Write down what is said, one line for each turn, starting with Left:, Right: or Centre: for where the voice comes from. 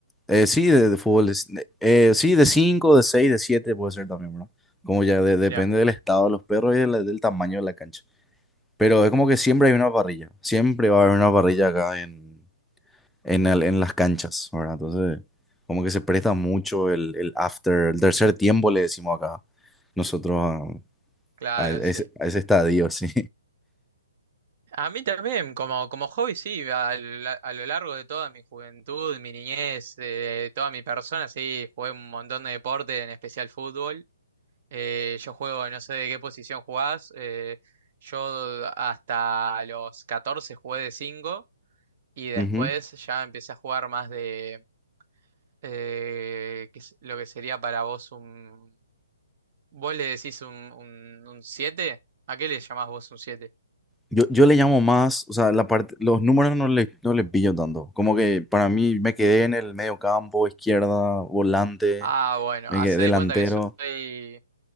Centre: eh, sí, de, de fútbol, es- de- eh, sí, de 5, de 6, de 7 puede ser también, ¿verdad? Como ya de- depende
Right: Mira,
Centre: del estado de los perros y de del, tamaño de la cancha. Pero es como que siempre hay una parrilla, siempre va a haber una parrilla acá en, en, el- en las canchas, ¿verdad? Entonces, como que se presta mucho el, el after, el tercer tiempo le decimos acá, nosotros
Right: claro,
Centre: a ese,
Right: sí.
Centre: a ese estadio, <laughs> sí.
Right: A mí también, como, como hobby, sí, a, la- a lo largo de toda mi juventud, mi niñez, de toda mi persona, sí, jugué un montón de deporte, en especial fútbol. Eh, yo juego, no sé de qué posición jugás. eh, yo hasta los 14 jugué de 5 y después
Centre: Ujú.
Right: ya empecé a jugar más de eh, qué es lo que sería para vos un... ¿Vos le decís un, un, un 7? ¿A qué le llamás vos un siete
Centre: Yo, yo le llamo más, o sea, la parte, los números no le, no le pillo tanto. Como que para mí me quedé en el medio campo, izquierda, volante,
Right: Ah, bueno,
Centre: me
Right: hacé
Centre: quedé delantero.
Right: de cuenta que soy